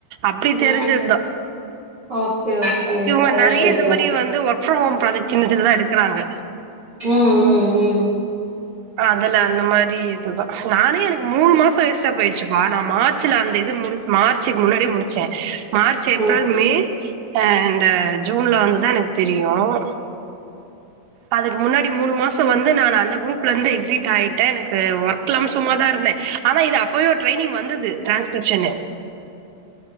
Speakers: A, on the right; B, on the right.
A: அப்டி
B: ஆ
A: தெரிஞ்சதுதா
B: ஓகே ஓகே
A: இவங்க
B: அதா
A: நெறையா
B: கேக்குறே
A: இந்த மாரி வந்து ஒர்க் ஃப்ரம் ஹோம் ப்ராஜெக்ட் சின்னசின்னதா எடுக்குறாங்க
B: ம் ம் ம்
A: அதுல அந்த மாரி இதுதா நானே எனக்கு மூணு மாசோ வேஸ்ட்டா போயிடுச்சுப்பா நா மார் ச்சுல அந்த இது முடி மார்ச்சுக்கு முன்னாடியே முடிச்சேன் மார்ச் ஏப்ரல்
B: ம்
A: மே அ இந்த ஜூன்ல வந்துதா எனக்கு தெரியும் அதுக்கு முன்னாடி மூணு மாசம் வந்து நானு அந்த குரூப்ல இருந்து எக்ஸிட் ஆயிட்டே எனக்கு ஒர்க் இல்லாம் சும்மாதா இரு இல்ல ஆனா இது அப்பவே ட்ரைனிங் வந்துது ட்ரான்ஸ்க்ரிப்ஷன்னு